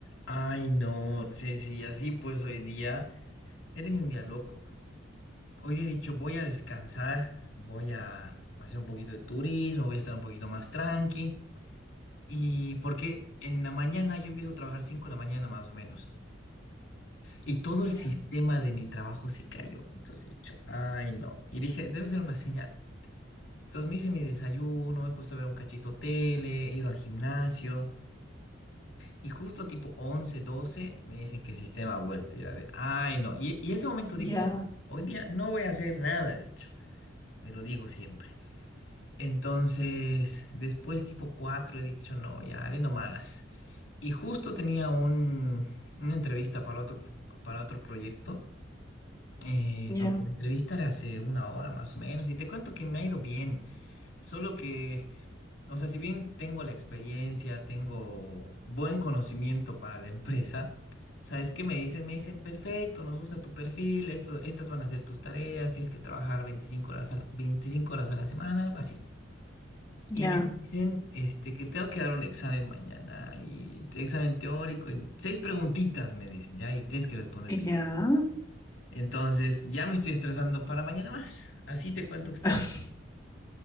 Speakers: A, on the left; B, on the left.
A: Ay, no, Ceci, y así pues hoy día he tenido un día loco. Hoy día he dicho, voy a descansar, voy a hacer un poquito de turismo, voy a estar un poquito más tranqui. Y porque en la mañana yo empiezo a trabajar 5 de la mañana más o menos. Y todo el
B: Ya,
A: sistema de mi trabajo se cayó. Entonces he dicho, ay, no. Y dije, debe ser una señal. Entonces me hice mi desayuno, me he puesto a ver un cachito tele, he ido al gimnasio. Y justo tipo 11 12 me dicen que el sistema ha vuelto. Y era de, ay, no. Y, y ese momento
B: ya,
A: dije, hoy día no voy a hacer nada, he dicho. Me lo digo siempre. Entonces, después tipo 4 he dicho, no, ya haré nomás. Y justo tenía un, una entrevista para otro, para otro proyecto, eh,
B: ya,
A: donde la entrevista era hace una hora más o menos. Y te cuento que me ha ido bien. Solo que o sea, si bien tengo la experiencia, tengo buen conocimiento para la empresa, ¿sabes qué me dicen? Me dicen, perfecto, nos gusta tu perfil, esto, estas van a ser tus tareas, tienes que trabajar 25 horas a la, 25 horas a la semana, algo así.
B: ya,
A: Y me dicen, este, que tengo que dar un examen mañana, y examen teórico, y seis preguntitas me dicen, ya, y tienes que responder
B: ya.
A: bien. Entonces, ya me estoy estresando para mañana más. Así te cuento que está.
B: <laughs>
A: mi